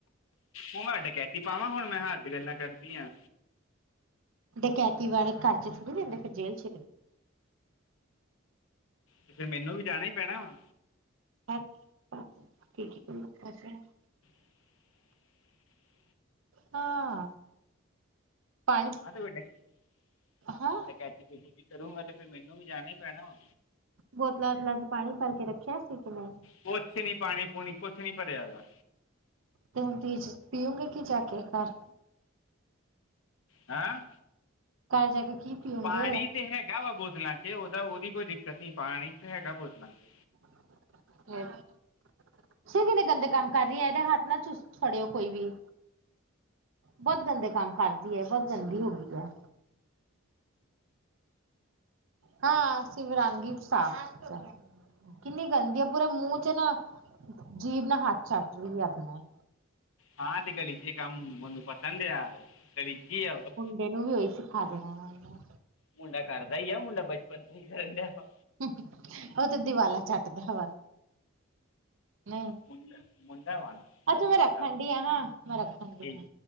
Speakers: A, on the left; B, on the right.
A: ਉਹ ਮੈਂ ਡਕੈਤੀ ਪਾਵਾਂ, ਹੁਣ ਮੈਂ ਹੱਦ ਗੱਲਾਂ ਕਰਦੀ ਆਂ।
B: ਡਕੈਤੀ ਵਾਲੇ ਘਰ ਚ ਥੋੜ੍ਹੀ ਰਿੰਦੇ ਫਿਰ ਜੇਲ੍ਹ ਚ
A: ਤੇ ਫੇਰ ਮੈਨੂੰ ਵੀ ਜਾਣਾ ਈ ਪੈਣਾ ਆ।
B: <unintelligible> ‌
A: <inaudible>
B: ਹਾਂ। ਪਾਣੀ
A: ਆਂ ਤੇ ਵੱਡਾ <unintelligible>
B: ਹਾਂ
A: ਕਰੂੰਗਾ ਤੇ ਫੇਰ ਮੈਨੂੰ ਵੀ ਜਾਣਾ ਈ ਪੈਣਾ ਵਾ।
B: ਬੋਤਲਾਂ ਵੋਤਲਾਂ ਚ ਪਾਣੀ ਭਰ ਕੇ ਰੱਖਿਆ ਸੀ ਕਿ ਨਈਂ।
A: ਕੁਛ ਨੀ ਪਾਣੀ ਪੂਣੀ ਕੁਛ ਨੀ ਭਰਿਆ ਦਾ।
B: ਤੇ ਹੁਣ <unintelligible> ਪੀ ਪੀਉਂਗੇ ਕਿ ਜਾ ਕੇ ਘਰ?
A: ਹੈਂ।
B: ਘਰ ਜਾ ਕੇ ਕੀ ਪੀਓਗੇ
A: ਪਾਣੀ ਤੇ ਹੈਗਾ ਵਾ ਬੋਤਲਾਂ ਚ, ਉਹਦਾ ਉਹਦੀ ਕੋਈ ਦਿੱਕਤ ਨੀ ਪਾਣੀ ਤੇ ਹੈਗਾ ਬੋਤਲਾਂ ਚ।
B: <unintelligible> ਸੀ ਕਿ ਗੰਦੇ ਕੰਮ ਕਰ ਰਹੀ ਐ, ਇਹਦੇ ਹੱਥ ਨਾ ਚ ਫੜਿਓ ਕੋਈ ਵੀ। ਬਹੁਤ ਗੰਦੇ ਕੰਮ ਕਰਦੀ ਏ, ਬਹੁਤ ਗੰਦੀ ਹੋ ਗਈ ਐ। ਹਾਂ ਸਿਰਫ ਰੰਗ ਈ ਸਾਫ <unintelligible> ਕਿੰਨੀ ਗੰਦੀ ਆ ਪੂਰਾ ਮੂੰਹ ਚ ਨਾ, ਜੀਭ ਨਾ ਹੱਥ ਚੱਟ ਰਹੀ ਏ ਆਪਣਾ।
A: ਹਾਂ ਤੇ ਗਲੀਜੀ ਕੰਮ ਮੈਨੂੰ ਪਸੰਦ ਆ ਉਹ ਗਲੀਜੀ ਆ ਉਹ।
B: ਇਨੂੰ ਵੀ ਉਹੀ ਸਿੱਖਾ ਦੇਣਾ। ਵਾ
A: ਮੁੰਡਾ ਕਰਦਾ ਈ ਆ, ਮੁੰਡਾ ਬਚਪਨ ਤੋਂ ਈ ਕਰਨ ਡਿਆਂ ਵਾ।
B: <unintelligible> ਉਹ ਤੇ ਦੀਵਾਲਾ ਚੱਟਦਾ ਵਾ। ਨਈਂ,
A: ਮੁੰਡਾ ਮੁੰਡਾ ਵਾ ਨਾ ਕਰ
B: ਅੱਛਾ ਮੈਂ
A: ਸਕਦਾ
B: ਰੱਖਣ
A: ਉਹ
B: ਡਈ ਆਂ, ਮੈਂ ਰੱਖਣ ਡਈ
A: ਠੀਕ
B: ਆਂ।